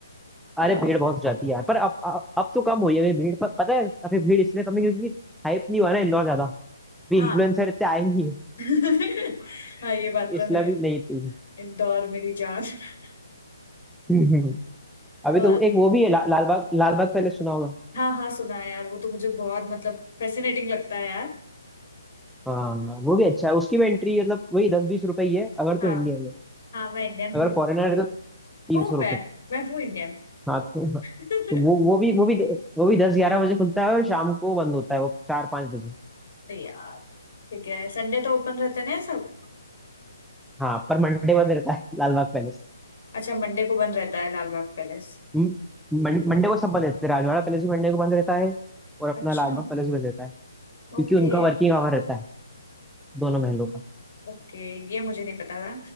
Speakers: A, on the left; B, in the centre.
A: तो
B: अरे
A: यार मैं
B: भीड़ बहुत हो जाती है यार पर अब अब अब तो कम हुई है अभी भीड़ पर पता है अभी भीड़ इसलिए कम है क्योंकि हाइप नहीं हुआ ना इंदौर ज्यादा अभी
A: हाँ
B: इन्फ्लुएंसर इतने आए नहीं है
A: <laughs> हाँ ये बात तो
B: इसलिए
A: है
B: भी नहीं इतनी
A: इंदौर मेरी जान <laughs>
B: <laughs> अभी
A: अ,
B: तो एक वो भी है ला, लालबाग लालबाग पहले सुना होगा
A: हाँ हाँ सुना है यार वो तो मुझे बहुत मतलब फैसिनेटिंग लगता है यार
B: हाँ हाँ, वो भी अच्छा है उसकी भी एंट्री मतलब वही दस बीस रुपए ही है अगर तो
A: हाँ
B: इंडिया में
A: हाँ मैं इंडियन
B: अगर
A: हूँ
B: फॉरेनर है तो तीन
A: हूँ
B: सौ
A: मैं मैं हूँ इंडियन
B: हाँ तो
A: <laughs>
B: तो वो
A: तो
B: वो भी वो भी वो भी दस ग्यारह बजे खुलता है और शाम को बंद होता है वो चार पाँच बजे
A: यार ठीक है संडे तो ओपन रहते हैं ना ये सब
B: हाँ पर मंडे बंद रहता है <laughs> लाल बाग पैलेस
A: अच्छा मंडे को बंद रहता है लाल बाग पैलेस
B: म- मन- मंडे को सब बंद रहते हैं राजवाड़ा पैलेस भी मंडे को बंद रहता है और अपना
A: अच्छा
B: लाल बाग पैलेस भी बंद रहता है क्योंकि
A: ओके
B: उनका वर्किंग आवर रहता है दोनों महलों का
A: ओके ये मुझे नहीं पता था